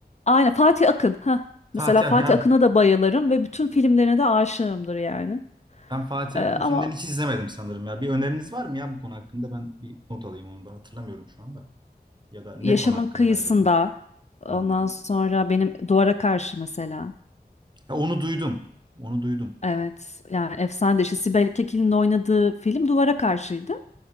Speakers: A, on the left; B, on the right.
A: Aynen Fatih Akın. Heh. Mesela
B: Fatih
A: Fatih
B: Ak- ha.
A: Akın'a da bayılırım ve bütün filmlerine de aşığımdır yani.
B: Ben Fatih
A: E,
B: Akın
A: ama
B: filmlerini hiç izlemedim sanırım ya. Bir öneriniz var mı ya bu konu hakkında? Ben bir not alayım onu da hatırlamıyorum şu anda. Ya da ne
A: Yaşamın
B: konu hakkındaydı
A: Kıyısında
B: o da?
A: ondan
B: Hmm.
A: sonra benim Duvara Karşı mesela.
B: Ha, onu duydum. Onu duydum.
A: Evet, yani efsane de işte Sibel Kekil'in oynadığı film Duvara Karşı'ydı.